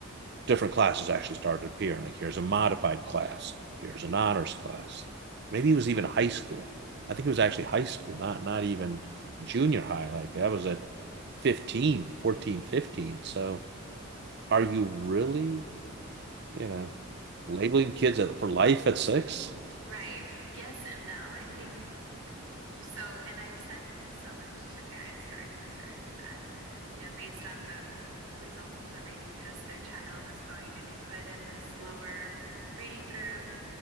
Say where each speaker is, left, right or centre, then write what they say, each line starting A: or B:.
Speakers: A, on the right; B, on the right.
A: different classes actually started appearing. Like here's a modified class, here's an honors class. Maybe it was even high school. I think it was actually high school, not not even junior high. Like I was at 15, 14, 15. So are you really, you know, labeling kids for life at six?
B: Right. Yes and no. I think so, and I've said so much to parents who are concerned that, you know, based on the results of the reading test, their child is going to be put in this lower reading group